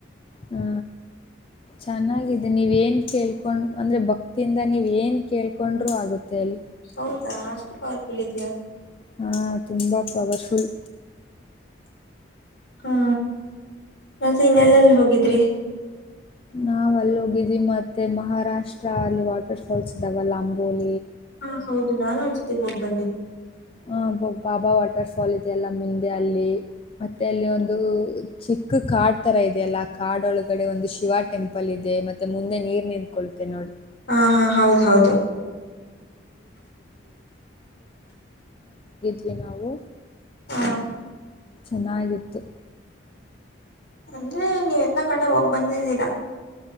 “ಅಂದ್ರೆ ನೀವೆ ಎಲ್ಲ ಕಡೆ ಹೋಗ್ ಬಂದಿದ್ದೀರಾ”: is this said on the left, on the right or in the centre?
Left